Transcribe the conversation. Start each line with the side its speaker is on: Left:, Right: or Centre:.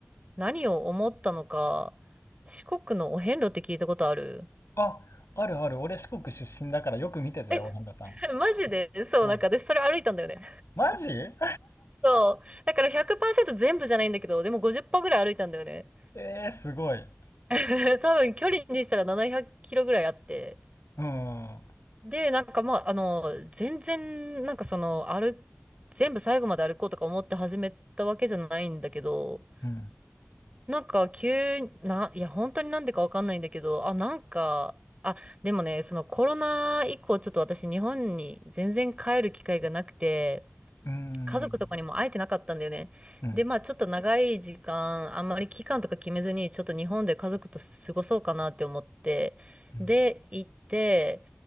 Right: 何を思ったのか、四国のお遍路って聞いたことある
Left: あ、あるある。俺四国出身だからよく見てたよ、
Right: え、
Left: お遍路さん。
Right: <laughs> マジでそう、
Left: うん。
Right: なんか私それ歩いたんだよね。
Left: マジ
Right: <laughs> そう。だから100%全部じゃないんだけど、でも50%ぐらい歩いたんだよね。
Left: <laughs> えー、すごい。
Right: <laughs> 多分距離にしたら700キロぐらいあって。
Left: うん。
Right: で、なんかまあ、あの、全然、なんかその、歩、全部最後まで歩こうとか思って始めたわけじゃないんだけど、
Left: うん。
Right: なんか急な、いや本当になんでかわかんないんだけど、あ、なんか、あ、でもね、そのコロナ以降ちょっと私日本に全然帰る機会がなくて、
Left: うん。
Right: 家族とかにも会えてなかったんだよね。
Left: うん。
Right: で、まあちょっと長い時間、あんまり期間とか決めずに、ちょっと日本で家族と過ごそうかなって思って、
Left: うん。
Right: で、行って、